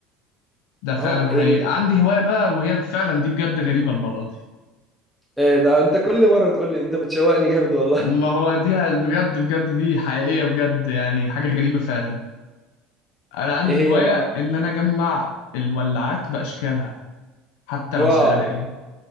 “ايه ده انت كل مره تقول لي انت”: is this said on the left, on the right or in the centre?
Centre